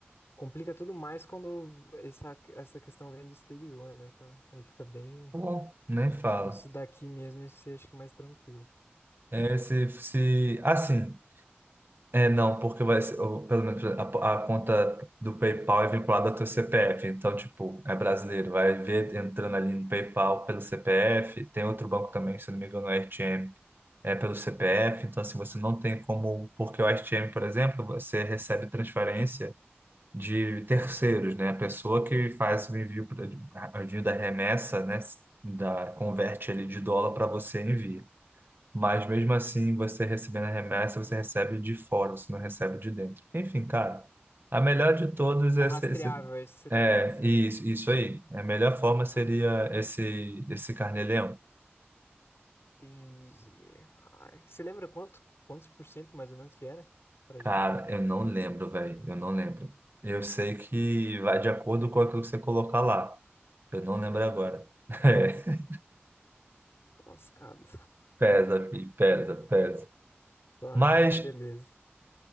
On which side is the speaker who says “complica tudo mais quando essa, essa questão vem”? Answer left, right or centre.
Left